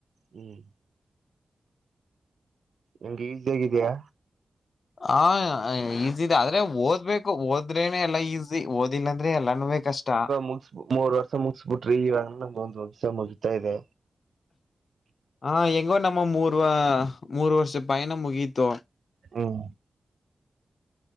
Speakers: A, on the right (about 70°); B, on the left (about 60°).
A: ಹ್ಮ್ ಹಂಗೆ ಈಜಿ ಆಗಿದಯಾ
B: ಹ ಈಜಿ ಇದೆ ಆದ್ರೆ ಓದ್ಬೇಕು ಓದ್ರೇನೆ ಎಲ್ಲಾ ಈಜಿ ಓದಿಲ್ಲ ಅಂದ್ರೆ ಎಲ್ಲಾನು ವೇ ಕಷ್ಟಾ
A: ಮುಕ್ಸ್ ಮೂರ್ ವರ್ಷ ಅದು ಮುಗಿಸ್ಬಿಟ್ರಿ ಇವಾಗ ಇನ್ನ ಒಂದು ಸೆಮ್ ಮುಗತಾ ಇದೆ.
B: ಹ ಹೆಂಗೋ ನಮ್ಮ ಮೂರ್ ಮೂರ್ ವರ್ಷ ಪಯನ ಮುಗೀತು.
A: ಹುಂ